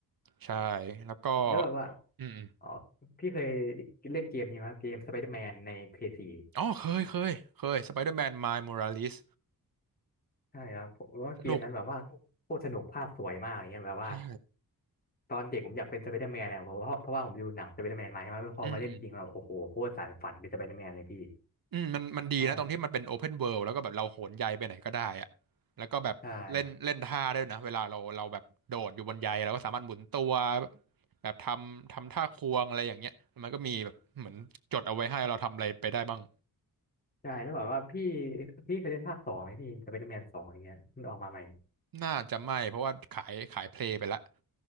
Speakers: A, on the right; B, on the left.
A: ใช่แล้วก็
B: แล้วแบบว่า
A: อืมอม
B: อ๋อพี่เคยเล่นเกมนี้ไหมครับเกมสไปเดอร์แมนในเพย์ซี
A: อ๋อเคยเคยเคยสไปเดอร์แมนไมาย o r ราลิส
B: ใช่ครับผมว่าเกมนั้นแบบว่าโคตรสนุกภาพสวยมากอย่างเงี้ยแบบว่า
A: สนุกใช่
B: ตอนเด็กผมอยากเป็นสไปเดอร์แมนนะเพราะว่าเพราะว่าผมดูหนังสไปเดอร์แมนมาใช่ไหมพอมาเล่นจริงแล้วโอ้โหโคตรสานฝันเป็นสไปเดอร์แมนเลยพี่
A: อืมอืม อืมมันมันดีนะตรงที่มันเป็นโอเพนเวิ
B: ใช่
A: d แล้วก็แบบเราโหนใยไปไหนก็ได้อะแล้วก็แบบเล่นเล่นท่าได้ด้วยนะเวลาเราเราแบบโดดอยู่บนใยเราก็สามารถหมุนตัว
B: มใช่
A: แบบทำทำท่าควงอะไรอย่างเงี้ยมันก็มีแบบเหมือนจดเอาไว้ให้เราทำอะไรไปได้บ้าง
B: ใช่แใล้วบอกว่าพี่พี่เคยเล่นภาคสองไหมพี่สไปเดอร์แมนสองอย่างเงี้ยมันออกมาใหม่
A: น่าจะไม่เพราะว่าขายขายเพลย์ไปละ